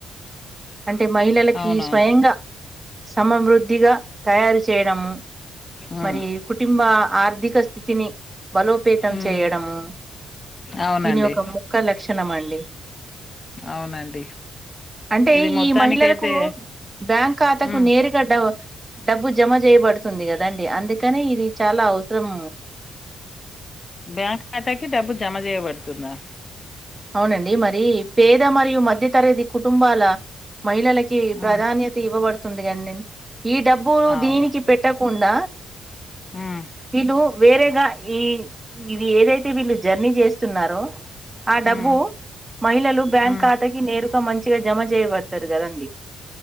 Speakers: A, on the right (about 25°); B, on the left (about 35°).
A: అంటే మహిళలకి
B: అవునవును
A: స్వయంగా సమృద్ధి కొద్దిగా తయారు చేయడము
B: ఉమ్
A: మరి కుటుంబ ఆర్థిక స్థితిని బలోపేతం
B: ఉమ్
A: చేయడము
B: అవునండి
A: దీని ఒక ముక్క లక్షణం అండి
B: అవునండి
A: అంటే
B: ఇది మొత్తానికైతే
A: ఈ మహిళలకు బ్యాంక్ ఖాతాకు
B: ఉమ్
A: నేరుగా డ డబ్బు జమ చేయబడుతుంది కదా దండి అందుకనే ఇది చాలా అవసరం
B: బ్యాంక్ ఖాతాకి డబ్బు జమ చేయబడుతుందా
A: అవునండి మరి పేద మరియు మధ్యతరగతి కుటుంబాల మహిళలకి ప్రాధాన్యత
B: ఉమ్
A: ఇవ్వబడుతుంది కండండి ఈ డబ్బు
B: అవును
A: దీనికి పెట్టకుండా
B: ఉమ్
A: విళ్ళు వేరే ఇగా ఈ ఇది ఏదైతే వీళ్ళు జర్నీ చేస్తున్నారో ఆ డబ్బు
B: ఉమ్
A: మహిళలు బ్యాంక్
B: ఉమ్
A: ఖాతాకి నేరు లేక మంచిగా జమ చేయబడతారు కదండి